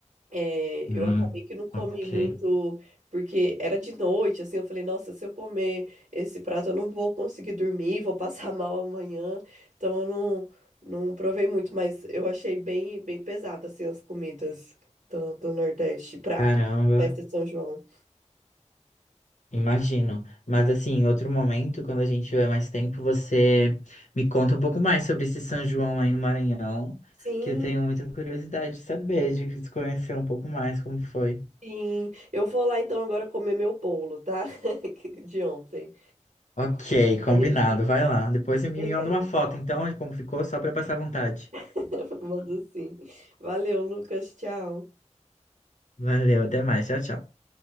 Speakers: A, on the right; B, on the left.
A: É,
B: Hum,
A: eu acabei que não comi
B: ok.
A: muito, porque era de noite, assim, eu falei, nossa, se eu comer esse prato, eu não vou conseguir dormir, vou passar <laughs> mal amanhã, então eu não, não provei muito, mas eu achei bem, bem pesado, assim, as comidas do, do Nordeste pra
B: Caramba,
A: pra festa de São João.
B: imagino. Mas assim, em outro momento, quando a gente tiver mais tempo, você me conta um pouco mais sobre esse São João aí no Maranhão,
A: Sim,
B: que eu tenho muita curiosidade de saber, de se conhecer um pouco mais como foi.
A: sim, eu vou lá então agora comer meu bolo, tá? <laughs> De ontem.
B: Ok,
A: Aí
B: combinado,
A: a gente,
B: vai lá. Depois você me
A: beleza,
B: manda uma foto então de como ficou, só para eu passar vontade.
A: <laughs> mando sim. Valeu, Lucas, tchau.
B: Valeu, até mais, tchau, tchau.